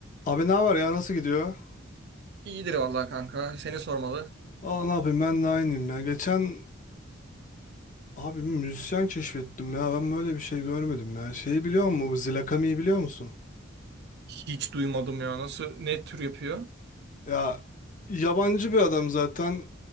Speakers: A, on the left (about 40°); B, on the right (about 55°).
A: Abi ne haber ya nasıl gidiyor?
B: İyidir vallahi kanka. Seni sormalı.
A: Valla ne yapayım ben de aynıyım ya. Geçen abi bir müzisyen keşfettim ya ben böyle bir şey görmedim ya. Şeyi biliyor musun bu Zilakami'yi biliyor musun?
B: Hiç duymadım ya. Nasıl, ne tür yapıyor?
A: Ya yabancı bir adam zaten